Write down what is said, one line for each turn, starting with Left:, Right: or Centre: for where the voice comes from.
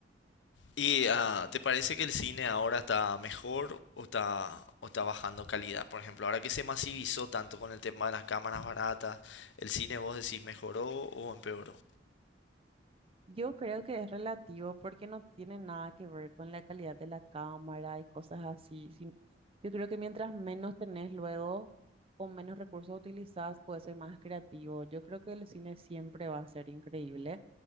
Left: ¿Y ah, te parece que el cine ahora está mejor o está, o está bajando calidad? Por ejemplo, ahora que se masivizó tanto con el tema de las cámaras baratas, ¿el cine vos decís mejoró o empeoró?
Right: Yo creo que es relativo porque no tiene nada que ver con la calidad de la cámara y cosas así. Sí, Yo creo que mientras menos tenés luego o menos recursos utilizás, puede ser más creativo. Yo creo que el cine siempre va a ser increíble